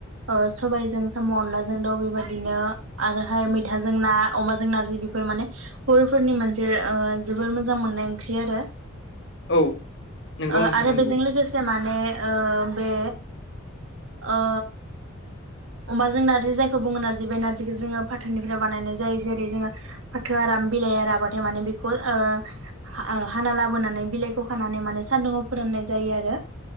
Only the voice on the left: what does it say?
औ नंगौ
नोंथां
नंगौ